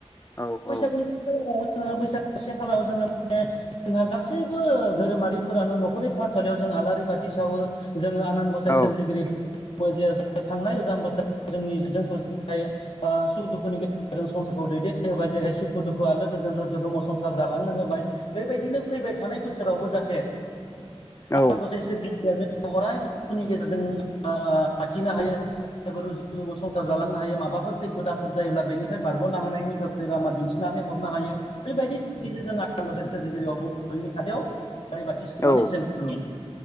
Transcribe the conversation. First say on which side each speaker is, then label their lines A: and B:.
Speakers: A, on the left; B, on the left.
A: औ
B: बैसागोनि खालाव जोङो बैसागो से खालाराव जोङो माने जोंहा गासैबो धोरोमारिफोरानो न'खरनि थानसालियाव जों आलारि बाथि सावो जोङो आनान गसाय
A: औ
B: सोरजिगिरि जे थांनाय गोजाम बोसोर जोंनि जोंखौ सुखु दुखुनि गेजेरजों संसारखौ दैदेननो होबाय जेरै सुखु दुखु आलो गोजोन रुजु रुमु संसार जालांनो होबाय बेबायदिनो फैबाय थानाय बोसोरावबो जाहाथे आनान
A: औ
B: गसाइ सोरजिगिरिया जोंखौ अरायबो सुखुनि गेजेरजों लाखिनो हायो रुजु रुमु संसार जालांनो हायो माबाफोर खैफोद आफोद जायोब्ला बेनिफ्राय बारग'नो हानायनि गोख्रो लामा दिन्थिनानै हरनो हायो बेबायदि थांखिजों जों आनान गसाइ सोरजिगिरि अबं लाउरिनि खाथियाव आलारि बाथि सावनानै
A: औ
B: जों खुलुमो